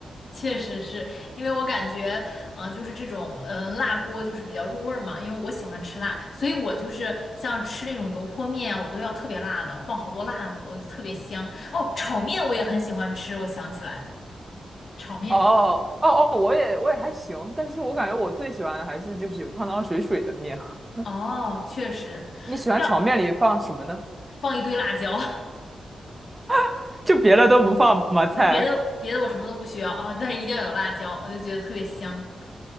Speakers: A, on the left; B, on the right.
A: 确实是因为我感觉，嗯、就是这种，嗯、辣锅就是比较入味儿嘛。因为我喜欢吃辣，所以我就是像吃那种油泼面啊，我都要特别辣的，放好多辣子，我就特别香。哦，炒面我也很喜欢吃，我想起来，炒面，
B: <laughs> 哦哦哦，我也我也还行，但是我感觉我最喜欢的还是就是有汤汤水水的面。<laughs>
A: 哦，确实要
B: 你喜欢炒面里放什么呢？
A: 放一堆辣椒，
B: <laughs> 就别的都不放吗？菜
A: <laughs> 别的别的我什么都不需要啊、但是一定要有辣椒，我就觉得特别香。